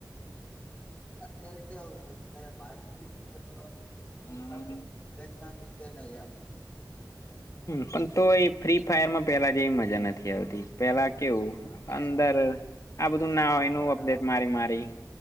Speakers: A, on the left; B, on the left.
A: અત્યારે કેવું છે વિલેક્ષણ
B: હમ
A: રીતે નહી એમ
B: પણ તો એ ફ્રી ફાયરમાં પેલા જેવી મજા નથી આવતી પેલા કેવું અંદર
A: એ
B: આ બધું
A: એમાં
B: ના હોય
A: પણ
B: ન અપડેટ મારી મારી